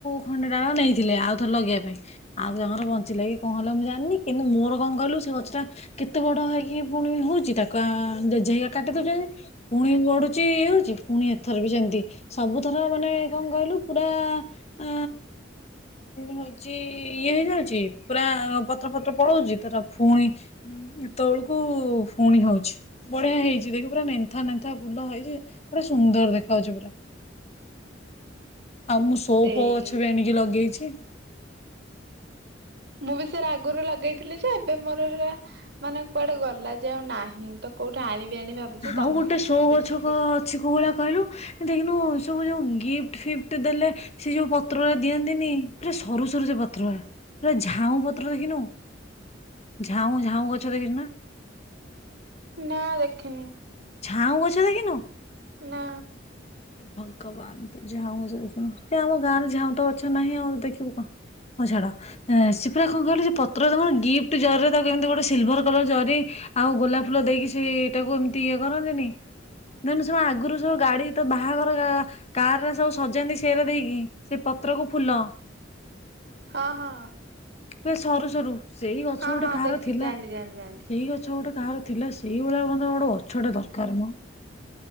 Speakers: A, on the left; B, on the right.
A: ଖଣ୍ଡେ ଡାଳ ନେଇଥିଲେ ଆଉ ଥରେ ଲଗେଇବା ପାଇଁ। ଆଉ ତାଙ୍କର ବଞ୍ଚିଲା କି କଣ ହେଲା ମୁଁ ଜାଣିନି କିନ୍ତୁ ମୋର କଣ କହିଲୁ ସେ ଗଛ ଟା କେତେ ବଡ ହେଇକି ପୁଣି ହଉଛି ତାକୁ ଆ ଜେଜେ ହେଇକା କାଟି ଦଉଛନ୍ତି। ପୁଣି ବଢୁଛି ଇଏ ହଉଛି ପୁଣି ଏଥର ବି ସେମିତି ସବୁଥର ମାନେ କଣ କହିଲୁ ପୁରା ଆ ହଉଛି ଇଏ ହେଇଯାଉଛି ପୁରା ପତ୍ର ଫତ୍ର ପଳଉଛି ତାର ପୁଣି ଉ ଏତେବେଳକୁ ପୁଣି ହଉଛି ବଢିଆ ହେଇଛି ଦେଖି ପୁରା ନା ପେନ୍ଥା ନେଥା ଫୁଲ ହେଇଛି ପୁରା ସୁନ୍ଦର ଦେଖା ଯାଉଛି ପୁରା। ଆଉ ମୁଁ ସୋପ
B: ସେଇ
A: ଗଛ ବି ଆଣିକି ଲଗେଇଛି। ଦି
B: ମୁଁ ବି ସେ ଆଗରୁ ଲଗେଇଥିଲି ଯେ ଏବେ ମୋର ହେରା ମାନେ କୁଆଡେ ଗଲା ଯେ ଆଉ ନାହିଁ ତ କୋଉଠି ଆଣିବି ଆଣିବି ଭାବୁଛି ତମ
A: ଆଉ ଗୋଟେ ସୋ
B: ଦେଖି
A: ଗଛକ ଅଛି କୋଉ ଭଳିଆ କହିଲୁ? ଦେଖିନୁ ସବୁ ଯୋଉ ଗିଫ୍ଟ ଫିଫ୍ଟ ଦେଲେ ସେ ଯୋଉ ପତ୍ର ଗୁଡ଼ା ଦିଅନ୍ତିନି ପୁରା ସରୁ ସରୁ ସେ ପତ୍ର ଗୁଡ଼ା ଝାଉଁ ପତ୍ର ଦେଖିନୁ ଝାଉଁ ଝାଉଁ ଗଛ ଦେଖଛୁ ନା।
B: ନା ଦେଖିନି?
A: ଛାଉଁ ଗଛ ଦେଖିନୁ?
B: ନା।
A: ଭଗବାନ ତୁ ଝାଉଁ ଗଛ ଦେଖିନୁ ସେ ଆମ ଗାଁ ରେ ଝାଉଁ ତ ଗଛ ନାହିଁ ଆଉ ଦେଖିବୁ କଣ ହଉ ଛାଡ ଏ ସେ ପୁରା କଣ କହିଲୁ ପତ୍ର କଣ ଗିଫ୍ଟ ଜରିରେ ତା କେମିତି ଗୋଟେ ସିଲଭର କଲର ଜରି ଆଉ ଗୋଲାପ ଫୁଲ ଦେଇକି ସେଇଟାକୁ ଏ ତି ଇଏ କରନ୍ତିନି ଦେନ୍ ସବୁ ଆଗରୁ ସବୁ ଗାଡି ତ ବାହାଘର ଗା କାର ରେ ସବୁ ସଜାନ୍ତି ସିରା ଦେଇକି ସେ ପତ୍ରକୁ ଫୁଲ
B: ହଁ ହଁ।
A: ପୁରା ସରୁ ସରୁ। ସେଇ ଗଛ
B: ହଁ
A: ଗୋଟେ
B: ହଁ
A: କାହାର
B: ଦେଖି
A: ଥିଲା
B: ଜାଣିଲି ଜାଣିଲି ଜାଣିଲି।
A: ସେଇ ଗଛ ଗୋଟେ କାହାର ଥିଲା ସେଇ ଭଳିଆ <unintelligible> ଗୋଟେ ଗ ଗଛ ଟେ ଦରକାର ମ